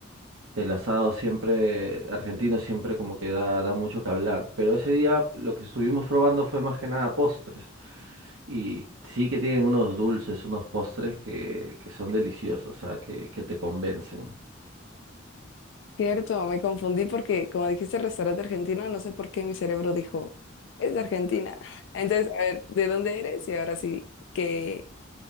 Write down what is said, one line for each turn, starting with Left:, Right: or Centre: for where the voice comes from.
Right: el asado siempre, argentino siempre como que da, da mucho que hablar. Pero ese día lo que estuvimos probando fue más que nada postres. Y sí que tienen unos dulces, unos postres que, que son deliciosos, o sea, que, que te convencen.
Left: Cierto, me confundí porque como dijiste restaurante argentino, no sé por qué mi cerebro dijo, es de Argentina. <laughs> Entonces, a ver, ¿de dónde eres? Y ahora sí, ¿qué,